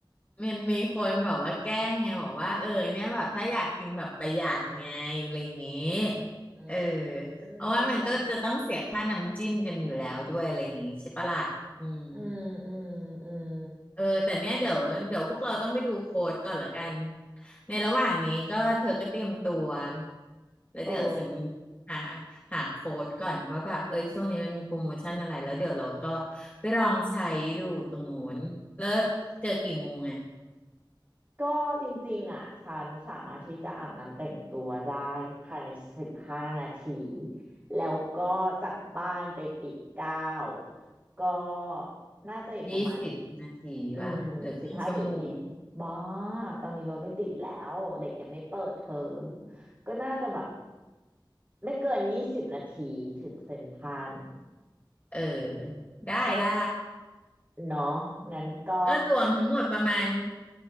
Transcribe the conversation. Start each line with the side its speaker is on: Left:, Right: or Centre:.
Left: มันมีคนแบบว่าแกล้งไงบอกว่าเออเนี่ยแบบถ้าอยากกินแบบประหยัดไงอะไรอย่างเงี้ย
Right: อื
Left: เออ
Right: มเข้าใจ
Left: เพราะว่ามันก็จะต้องเสียค่าน้ำจิ้มกันอยู่แล้วด้วยอะไรอย่างงี้ใช่ปะล่ะอืม
Right: อืมอืมอืม
Left: เออแต่เนี้ยเดี๋ยวเดี๋ยวพวกเราต้องไปดูโค้ดก่อนละกันในระหว่างนี้ก็เธอก็เตรียมตัวแล้วเดี๋ยวฉัน
Right: เออ
Left: หาหาโค้ดก่อนว่าแบบเอ้ยช่วงนี้มันมีโปรโมชั่นอะไรแล้วเดี๋ยวเราก็ไปลองใช้ดูตรงนู้นแล้วเจอกี่โมงไง
Right: ก็จริงๆอ่ะฉันสามารถที่จะอาบน้ำแต่งตัวได้ภายในสิบห้านาทีแล้วก็จากบ้านไปปิ่นเกล้าก็น่าจะอีกประมาณ
Left: ยี่สิบนาทีป่ะหรือครึ่งชั่วโมง
Right: อืมสิบห้าถึงยี่บ้าตอนนี้รถไม่ติดแล้วเด็กยังไม่เปิดเทอมก็น่าจะแบบไม่เกินยี่สิบนาทีถึงเซ็นทรัล
Left: เออได้ได้
Right: ก็เนาะงั้นก็
Left: ก็รวมทั้งหมดประมาณ